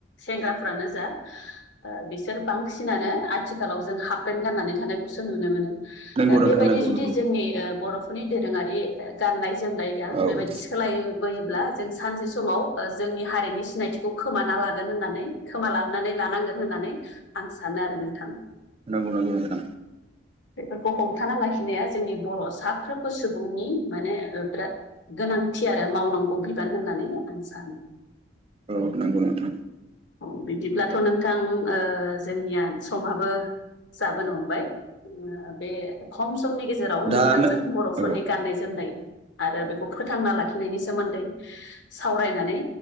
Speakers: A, on the left; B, on the right.
A: सेंग्राफ्रानो जा ओ बिसोर बांसिनानो आथिखालाव जों हाफपेन्ट गाननानै थानाय खौसो नुनो मोनो
B: नंगौ नोंथां
A: बेबायदि
B: नंगौ
A: जुदि
B: नंगौ
A: जोंनि ओ बर'फोरनि दोरोङारि ओ गाननाय जोम जोमनाया
B: औ
A: बेबायदि सोलायबोयोब्ला जों सानसे समाव जोंनि हारिनि सि सिनायथिखौ खोमाना लागोन होननानै खोमा लानानै लानांगोन होननानै आं सानो आरो नोंथां
B: नोंगौ नोंगौ नोंथां
A: बेफोरखौ हमथाना लाखिनाया जोंनि बर' साफ्रोमबो सुबुंनि माने बिराद गो गोनांथि आरो मावनांगौ बिबान होननानै आं सानो
B: औ नांगौ नोंथां
A: औ बिदिब्लाथ' नोंथां ओ जोंनिया समाबो जाबोनो हमबाय ओ बे खम सम समनि गेजेराव
B: दा
A: नोंथांजों बर'फोरनि
B: औ
A: गाननाय जोमनाय आरो बेखौ फोथांना लाखिनायनि सोमोन्दै सावरायनानै